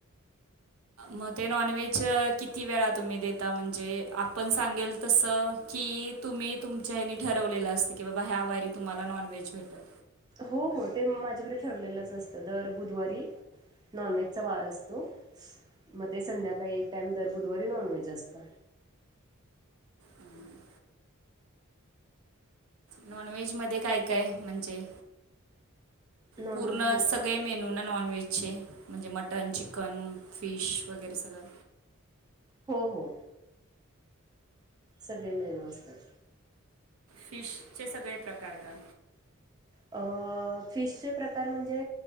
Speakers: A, on the right (about 85°); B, on the right (about 20°).
A: मग ते नॉनव्हेज किती वेळा तुम्ही देता म्हणजे, आपण सांगेल तसं. की तुम्ही तुमच्या हने ठरवलेलं असते की बाबा ह्या वारी तुम्हाला नॉन व्हेज भेटल.
B: हो हो ते माझ्याकडे ठरलेलंच असतं दर बुधवारी नॉनव्हेज चा वार असतो. मग ते संध्याकाळी एक टाइम दर बुधवारी नॉनव्हेज असत.
A: हम! नॉन व्हेज मध्ये काय काय म्हणजे
B: नॉनव्हेज
A: पूर्ण
B: मग
A: स ते मेनू ना नॉन व्हेजचे म्हणजे मटन, चिकन, फिश वगैरे सगळं.
B: हो हो. सगळे मेनू असतात.
A: फिशचे सगळे प्रकार का?
B: अ फिशचे प्रकार म्हणजे,